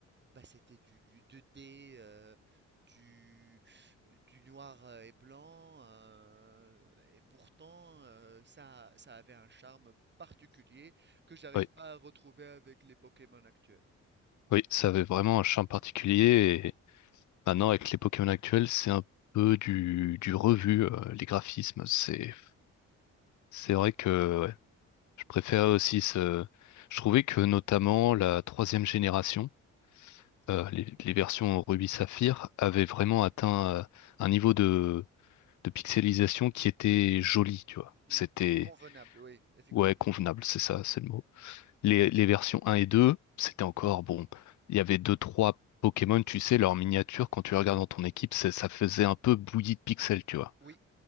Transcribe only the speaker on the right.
bah, c'était du, du 2D, euh, du, du noir euh, et blanc, euh, et pourtant euh, ça, ça avait un charme particulier que j'arrive
pas à retrouver avec les Pokémon actuels.
Hmm,
Convenable, oui, effectivement.
Oui.